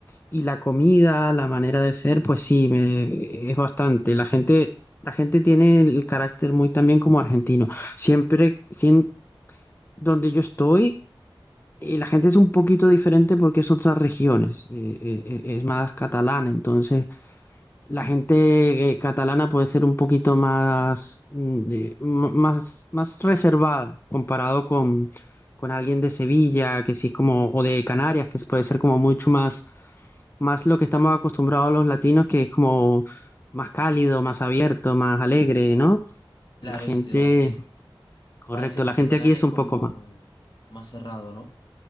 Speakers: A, on the left; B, on the left.
A: Y la comida, la manera de ser, pues sí, me, es bastante. La gente, la gente tiene el carácter muy también como argentino siempre, sien- Donde yo estoy, eh, la gente es un poquito diferente porque es otras regiones, eh, eh, eh, es más catalana, entonces la gente eh, catalana puede ser un poquito más, mm, de- m- más, más reservada comparado con, con alguien de Sevilla, que sí es como, o de Canarias, que puede ser como mucho más, más lo que estamos acostumbrados los latinos, que es como más cálido, más abierto, más alegre, ¿no?
B: Claro,
A: La gente,
B: eso te iba a decir.
A: correcto,
B: Parece que
A: la
B: el
A: gente
B: catalán
A: aquí es
B: es
A: un
B: como
A: poco más.
B: más cerrado, ¿no?